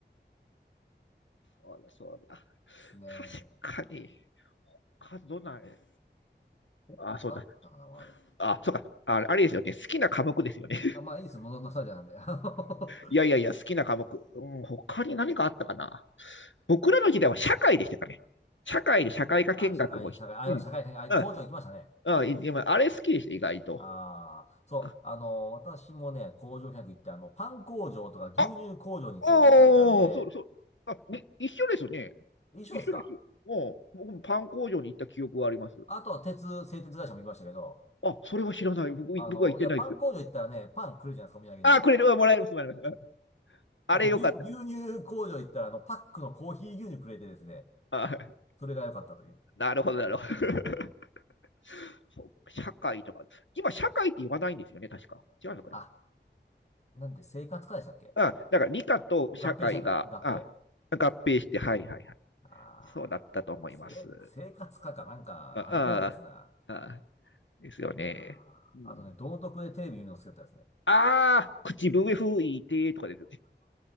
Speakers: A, on the left; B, on the left.
A: そうだ、そうだ。
B: すね。
A: 確かに、他どんない、
B: 他なんかあったかな、
A: あ、そうだ。
B: ある。
A: あ、そうか。あ、あれですよね。好きな科目ですよね。
B: あ、まあいいです、もののスタジアなんで。あの
A: いやいやいや、好きな科目。うん、他に何かあったかな。僕らの時代は社会でしたかね。社会で社会科見学もうん。
B: <laughs> あ、社会、社会、あ、今社会科に、あ、
A: うん。
B: 工場行きましたね。
A: うんい。でもあれ好きでした、意外と。
B: ああ、そう、
A: あ、
B: あの、私もね、工場見学行って、あの、パン工場とか牛乳工場に連れて行かれたんで、
A: あ、おー、そう、そう。あ、に一緒ですよね。
B: 一緒ですか
A: 一緒ですよ。もう、僕もパン工場に行った記憶はあります。
B: あとは鉄、製鉄会社も行きましたけど、
A: あ、それは知らない。僕、
B: あの、
A: 僕は行ってないですよ。
B: いや、パン工場行ったらね、パンくれるじゃないですか、お土産に。
A: あ、くれる。うんもらえます、もらえます。うん
B: あと、
A: あれよかった。
B: 牛、牛乳工場行ったら、あの、パックのコーヒー牛乳くれてですね、
A: あ、
B: それが良かったという。
A: なるほど、なるほど。<laughs> そう社会とか。今、社会って言わないんですよね、確か。違うのかな
B: あ、なんで、生活科でしたっけ
A: あ、だから理科と社会が、
B: 合併したんだ、合併。
A: あ、合併して、はいはいはい。
B: あー、
A: そうだったと思います。
B: 生、生活科かなんか、
A: ああ、
B: 味気ないですな。
A: あですよね。
B: いやー
A: うん、
B: あとね、道徳でテレビ見るの好きだったですね。
A: ああ、口笛吹いてとかですよね。